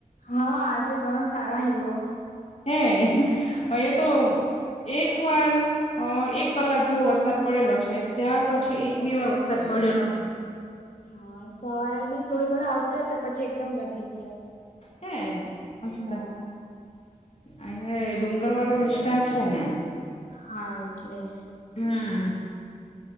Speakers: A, on the left; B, on the left.
A: હા આજે ઘણા સારા આયવો.
B: હે એ તો એક વાર એક કલાક જેવો વરસાદ પડેલો છે ત્યાર પછી એક બી વાર વરસાદ પડ્યો નથી.
A: હા સવારે બી થોડો થોડો આવતો હતો પછી એકદમ વધી ગયો.
B: હે મસ્ત.
A: હા
B: અહિયાં ડુંગર વાળો વિસ્તાર છે ને.
A: હા એટલે.
B: હમ